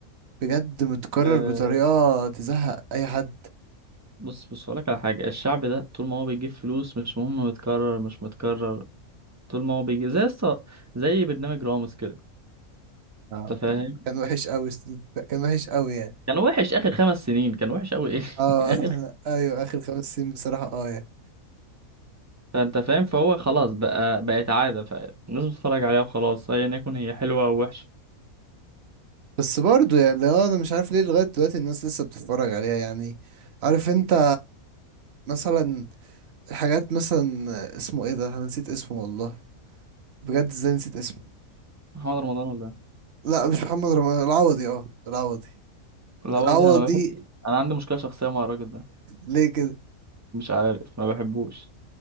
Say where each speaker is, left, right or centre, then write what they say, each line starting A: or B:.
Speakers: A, on the right; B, on the right.
A: بجد متكرر
B: أه،
A: بطريقة تزهق اي حد
B: بص بص هقولك على حاجه الشعب ده طول ما هو بيجيب فلوس مش مهم متكرر مش متكرر طول ما هو بيجي زي الص... زي برنامج راموس كده
A: آه.
B: انت فاهم
A: كان وحش قوي كان وحش قوي يعني
B: كان وحش اخر خمس سنين كان وحش قوي ايه
A: اه
B: <laughs> اخر
A: <laughs> ايوه اخر خمس سنين بصراحة اه يعني
B: فانت فاهم فهو خلاص بقى بقت عاده فالناس بتتفرج عليها وخلاص ايا يكن هي حلوه او وحشه
A: بس برضه يعني لو انا مش عارف ليه لغاية دلوقتي الناس لسه بتتفرج عليها يعني عارف انت مثلا الحاجات مثلا اسمه ايه ده انا نسيت اسمه والله بجد ازاي نسيت اسمه
B: محمد رمضان ولا إيه؟
A: لا مش محمد رمضان العوضي اه العوضي
B: لا
A: العوضي
B: والله انا بحب انا عندي مشكله شخصيه مع الراجل ده
A: ليه كده
B: مش عارف ما بحبوش